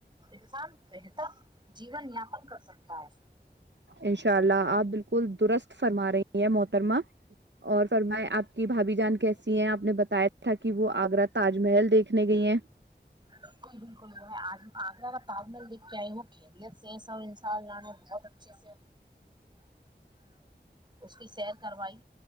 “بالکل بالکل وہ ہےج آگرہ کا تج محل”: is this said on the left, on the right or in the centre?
Right